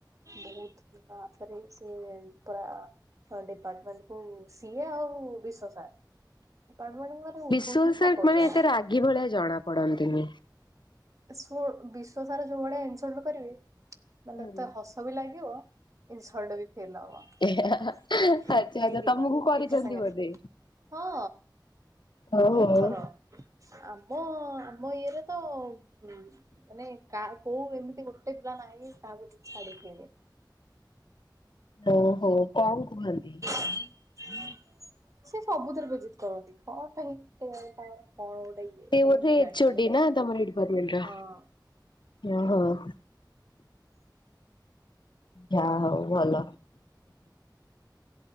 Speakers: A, on the right (about 45°); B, on the left (about 75°).
A: ବହୁତ୍ ତାପରେ ସେ ପୁରା ଆ ହଁ ଡିପାର୍ଟମେଣ୍ଟକୁ ସିଏ ଆଉ ବିଶ୍ଵ ସାର୍, ଡିପାର୍ଟମେଣ୍ଟକୁ ମାନେ
B: ବିଶ୍ଵ
A: ଉଠଉଛନ୍ତି
B: ସାର୍
A: ପକଉଛନ୍ତି।
B: ମାନେ ଏତେ ରାଗି ଭଳିଆ ଜଣା ପଡନ୍ତିନି।
A: ଶୁଣ ବିଶ୍ଵ ସାର୍ ଯୋଉ ଭଳିଆ ଇନସଲ୍ଟ କରିବେ, ମାନେ
B: ହୁଁ
A: ତତେ ହସ ସବି ଲାଗିବ ଇନସଲ୍ଟ ବି ଫିଲ୍ ହବ।
B: ଆଚ୍ଛା ଆଚ୍ଛା
A: ଦି ଦିଟା
B: ତମକୁ କରିଛନ୍ତି
A: ଏକା ସାଙ୍ଗେରେ
B: ବୋଧେ।
A: ହଁ।
B: ହଉ
A: ବହୁତ୍
B: ହଉ।
A: ଥର। ଆମ ଆମ ଇଏରେ ତ ହୁଁ। ମାନେ କା କୋଉ ଏମିତି ଗୋଟେ ପିଲା ନାହିଁ କାହାକୁ ସେ ଛାଡ଼ିଥିବେ।
B: ଓ ହୋ କଁ କୁହନ୍ତି?
A: <inaudible> ସେ ସବୁଥେରେ ବେଜିତ କରନ୍ତି କଣ ପାଇଁ କେଜାଣି କଣ? କଣ ଗୋଟେ? ଇଏ
B: ସେ ବୋଧେ
A: ମୁଁ ବି ଜାଣିପାରେନି।
B: ଏଚ୍ ଓ ଡି ନା ତମର ଏଇ ଡିପାର୍ଟମେଣ୍ଟ ର?
A: ହଁ
B: ହଁ ହଁ। ଯା ହଉ ଭଲ।